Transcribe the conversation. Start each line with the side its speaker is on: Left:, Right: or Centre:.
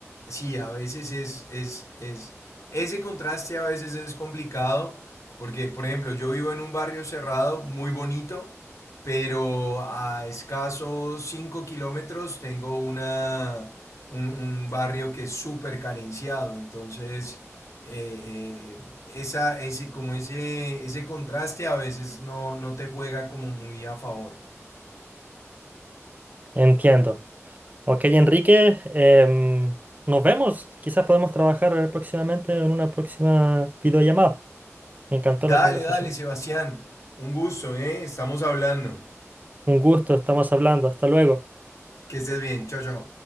Left: sí, a veces es, es, es, ese contraste a veces es complicado, porque, por ejemplo, yo vivo en un barrio cerrado, muy bonito, pero a escasos 5 kilómetros tengo una, un, un barrio que es súper carenciado, entonces eh, eh, esa, ese, como ese, ese contraste a veces no, no te juega como muy a favor.
Right: Entiendo. Ok, Enrique, em, nos vemos. Quizás podemos trabajar próximamente en una próxima videollamada. Me encantó
Left: Dale,
Right: la conversación.
Left: dale, Sebastián, un gusto, ¿eh? Estamos hablando.
Right: Un gusto, estamos hablando. Hasta luego.
Left: Que estés bien, chao, chao.